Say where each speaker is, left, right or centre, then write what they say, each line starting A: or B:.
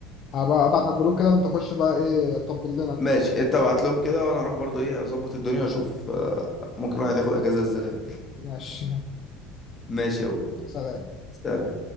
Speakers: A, on the left (about 35°); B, on the left (about 15°).
A: هبقى ابعت على الجروب كده وانت خش بقى ايه طبل لنا كده
B: ماشي انت ابعت لهم كده وانا اروح برضو ايه اظبط الدنيا واشوف آه، ممكن الواحد ياخد اجازة ازاي
A: ماشي
B: ماشي يا أبو.
A: سلام
B: سلام